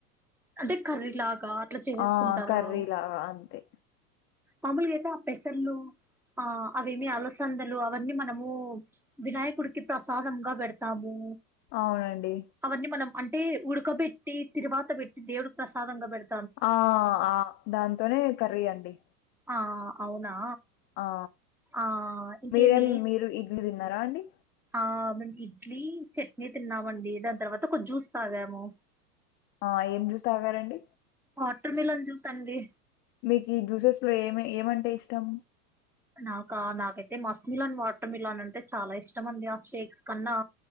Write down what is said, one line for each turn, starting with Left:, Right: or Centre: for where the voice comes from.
Centre: అంటే కర్రీలాగా అట్లా చేసేసుకుంటారా
Left: ఆ కర్రీ లాగా అంతే
Centre: మామూలుగా అయితే ఆ పెసర్లు ఆ అవన్నీ ఆలోచ సందలు అవన్నీ మనము వినాయకుడికి ప్రసాదంగా పెడతాము
Left: అవునండి
Centre: అవన్ని మనం అంటే ఉడకబెట్టి తిరువాత పెట్టి దేవుడు ప్రసాదంగా పెడ్
Left: ఆ ఆ దాంతోనే కర్రీ అండి
Centre: ఆ అవునా
Left: ఆ
Centre: ఆ ఇంకేమి
Left: మీరేం మీరు ఇడ్లీ తిన్నారా అండి
Centre: ఆ మేము ఇడ్లీ చట్నీ తిన్నామండి దాని తర్వాత ఒక జ్యూస్ తాగాము
Left: ఆ ఏం జ్యూస్ తాగారండి
Centre: వాటర్ మిలన్ జుసండి
Left: మీకు ఈ జ్యూసెస్ లో ఏమి ఏమంటే ఇష్టం
Centre: నాకా నాకైతే మస్క్ మిలన్ వాటర్ మిలన్ అంటే చాలా ఇష్టమండి ఆ షేక్స్ కన్నా